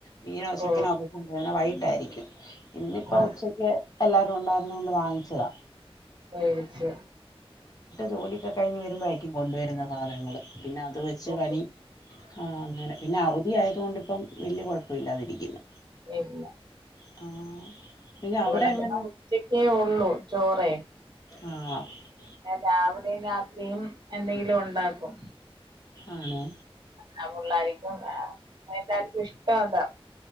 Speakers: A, on the left; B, on the right.
A: മീനോ ചിക്കനോ
B: ഓ
A: <unintelligible> വൈകിട്ടായിരിക്കും ഇന്നിപ്പ
B: ആ
A: ഉച്ചയ്ക്ക് എല്ലാവരും ഉണ്ടായിരുന്നോണ്ട് വാങ്ങിച്ചതാ.
B: വേവിച്ച
A: ജോലിക കഴിഞ്ഞ് വരുമ്പഴായിരിക്കും കൊണ്ടുവരുന്നെ സാധനങ്ങള് പിന്നെ അത് വെച്ച്
B: ഓ
A: പണി ആ അങ്ങനെ പിന്നെ അവധി ആയ തോണ്ടിപ്പം വല്ല്യ കൊഴപ്പവില്ലാതിരിക്കുന്നു.
B: <unintelligible>
A: ആഹ് പിന്നെ അവിടെ
B: ഇവിടെ പിന്നെ
A: എങ്ങനെ
B: ഉച്ചക്കേ ഒള്ളൂ. ചോറേ.
A: ആഹ്
B: ഞാൻ രാവിലെയും രാത്രിയും എന്തെങ്കിലും ഉണ്ടാക്കും.
A: ആണോ
B: ആ പുള്ളാരിക്കും വേണം. അതല്ലാര്ക്കും ഇഷ്ടം അതാ